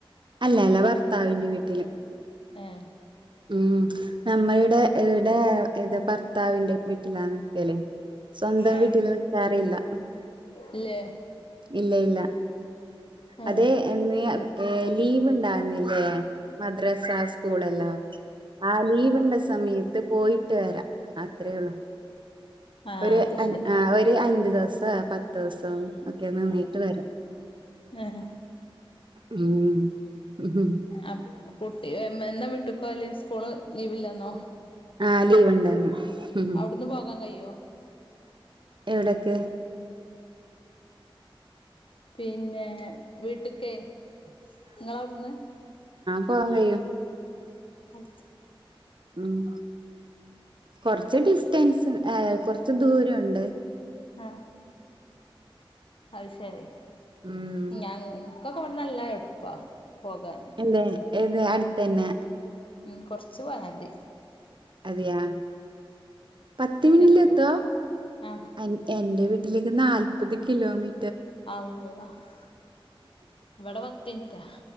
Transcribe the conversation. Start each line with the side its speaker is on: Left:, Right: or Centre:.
Right: അല്ലല്ല ഭർത്താവിന്റെ വീട്ടില്
Left: ഏഹ്
Right: ഉം നമ്മളുടെ ടെ ഇത് ഭർത്താവിന്റെ വീട്ടിലാ നിക്കല് സ്വന്തം
Left: ഏഹ്
Right: വീട്ടിൽ നിക്കാറില്ല
Left: ഇല്ലേ
Right: ഇല്ല ഇല്ല
Left: ആഹ്
Right: അതെ ഈ ലീവ് ഉണ്ടാവുന്നില്ലേ മദ്രാസ സ്കൂളല്ലോ ആ ലീവിണ്ട സമയത്ത് പോയിട്ട് വരാ അത്രേള്ളു
Left: ആഹ്
Right: ഒരു
Left: അത് ശരി
Right: ഒരു അഞ്ച് ദിവസം പത്ത് ദിവസം ഒക്കെ നിന്നിട്ട് വരാ
Left: ഏങ്ങെനെ
Right: ഉം ഉം.
Left: അപ്പോ പൂട്ടി എന്നാ വിട്ടികോവല് സ്കൂള് ലീവില്ലന്നോ
Right: ആ ലീവ് ഉണ്ടന്ന്
Left: അവുടുന്ന് പോകാൻ കയ്യോ
Right: എവ്ടെക്ക്
Left: പിന്നെ വീട്ട്ക്കെ ഇങ്ങളവ്ടുന്ന്
Right: പോകാകയ്യും
Left: <unintelligible>
Right: ഉം കൊറച്ച് ഡിസ്റ്റൻസ് ഏ കൊറച്ച് ദൂരണ്ട്
Left: ആഹ് അത് ശരി
Right: ഉം
Left: ഞാൻ ഇൻക്കൊക്കെ ഇവട്ന്ന് നല്ല എള്പ്പാ പോകാന്
Right: എന്തെ ഏത് അട്ത്തന്നെ
Left: ഉം കൊറച്ച് പോയാതി
Right: അതെയാ പത്ത് മിനിറ്റിലെത്തോ
Left: എത്തും ആഹ്
Right: എ എന്റെ വീ ട്ടിലേക്ക് നാല്പ്പത് കിലോമീ
Left: അള്ളാ ‌ ഇവടെ പത്തിൻറ്റാ